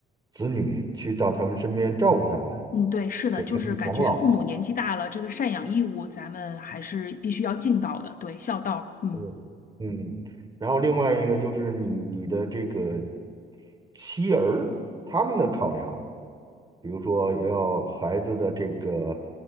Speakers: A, on the right; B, on the left.
A: 子女去到他们身边照顾他们，
B: 嗯，对，是的，
A: 给他们养老。
B: 就是感觉父母年纪大了，这个赡养义务咱们还是必须要尽到的，对，孝道。嗯。
A: 嗯，嗯，然后另外一个就是你你的这个妻儿他们的考量。比如说要孩子的这个